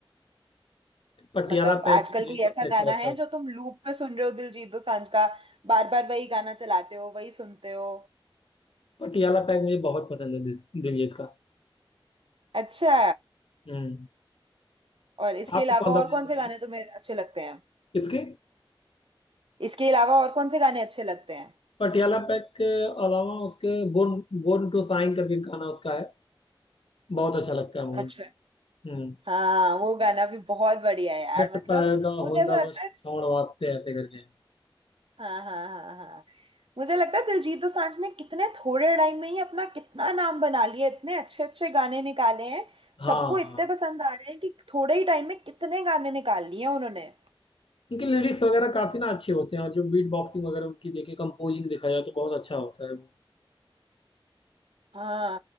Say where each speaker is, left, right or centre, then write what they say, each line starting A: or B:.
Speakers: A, on the left; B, on the right.
A: पटियाला
B: मतलब
A: पैग
B: आजकल
A: मुझे
B: कोई
A: सबसे
B: ऐसा
A: अच्छा
B: गाना
A: लगता
B: है
A: है उसका
B: जो तुम लूप पे सुन रहे हो दिलजीत दोसांझ का बार बार वही गाना चलाते हो वही सुनते हो
A: पटियाला पैग मुझे बहुत पसंद है दिस- दिलजीत का
B: अच्छा
A: हम्म
B: और इसके
A: आपको
B: अलावा
A: कौन सा
B: और
A: पसंद
B: कौन से
A: है
B: गाने तुम्हें अच्छे लगते हैं
A: इसके
B: इसके अलावा और कौन से गाने अच्छे लगते हैं
A: पटियाला पैग के अलावा उसके बोर्न बोर्न टू शाइन करके गाना उसका है बहुत अच्छा लगता है मुझे
B: अच्छा
A: हम्म
B: हाँ वो गाना भी बहुत बढ़िया है यार
A: जट
B: मतलब
A: पैदा
B: मुझे
A: होंदा
B: ऐसा लगता
A: बस
B: है
A: छौड़ वास्ते ऐसे करके है।
B: हाँ हाँ हाँ हाँ मुझे लगता है दिलजीत दोसांझ ने कितने थोड़े टाइम में ही अपना कितना नाम बना लिया इतने अच्छे अच्छे गाने निकाले हैं
A: हाँ
B: सबको इतने
A: हाँ
B: पसंद आ रहे हैं कि थोड़े ही टाइम में कितने गाने निकाल लिए हैं उन्होंने
A: उनके लिरिक्स वगैरह काफी ना अच्छे होते हैं और जो बीट बॉक्सिंग वगैरह उनकी देखे कंपोजिंग देखा जाए तो बहुत अच्छा होता है वो
B: हाँ